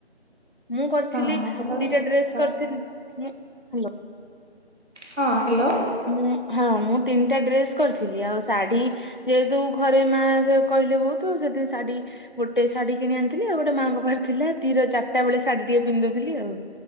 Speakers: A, on the left (about 50°); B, on the right (about 90°).
A: ମୁଁ କରିଥିଲି
B: ହଁ ସେଟା ବି
A: ଦିଟା
B: ସତ
A: ଡ୍ରେସ
B: କଥା
A: କରିଥିଲି। ହାଲୋ।
B: ହଁ ହ୍ୟାଲୋ।
A: ମୁଁ ହଁ ମୁଁ ତିନିଟା ଡ୍ରେସ କରିଥିଲି ଆଉ ଶାଢ଼ୀ ଯେହେତୁ ଘରେ ମା ଯେ କହିଲେ ବୋହୁତୁ ସେଥି ଶାଢୀ ଗୋଟେ ଶାଢୀ କିଣି ଆଣିଥିଲି ଆଉ ଗୋଟେ ମାଆଙ୍କ ପାଖରେ ଥିଲା ତିର ଚାରିଟା ବେଳେ ଶାଢୀ ଟିକେ ପିନ୍ଧୁ ଦଉଥିଲି ଆଉ।